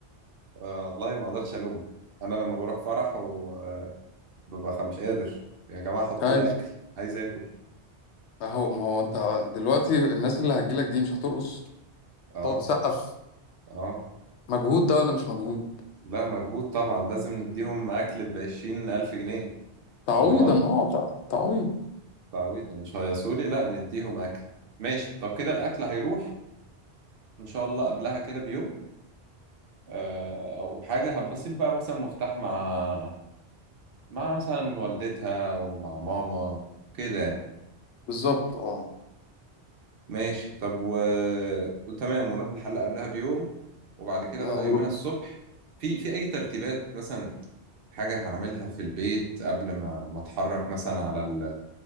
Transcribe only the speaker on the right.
آه والله ما اقدرش الومك انا لما بروح فرح وببقى مش قادر يا جماعه حطوا
لي اكل عايز اكل
اه
اه
لا مجهود طبعا لازم نديهم اكل ب 20000 الف جنيه
امال
تعويض مش هيصولي لا نديهم اكل ماشي طب كده الاكل هيروح ان شاء الله قبلها كده بيوم آه او حاجه هبسيط بقى مثلا مفتاح مع مع مثلا والدتها ومع ماما وكده يعني.
ماشي طب و... وتمام ونروح الحلاق قبلها بيوم وبعد كده
بقى يومها الصبح في في اي ترتيبات مثلا حاجة هعملها في البيت قبل ما ما اتحرك مثلا على ال...